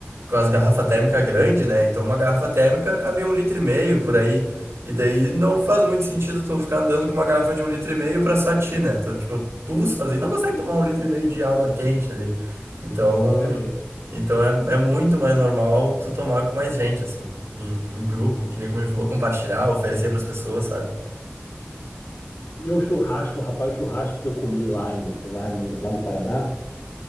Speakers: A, on the right; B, on the left.
A: com as garrafa térmica grande, né? Então uma garrafa térmica cabe um litro e meio por aí. E daí não faz muito sentido tu ficar andando com uma garrafa de um litro e meio pra só ti, né? Então, tipo, tu sozinho não consegue tomar um litro e meio de água quente ali. Então,
B: É mesmo.
A: então é, é muito mais normal tu tomar com mais gente, assim, em, em grupo, que nem como ele falou, compartilhar, oferecer pras pessoas, sabe?
B: E o churrasco, rapaz, o churrasco que eu comi lá em, lá em, lá no Paraná,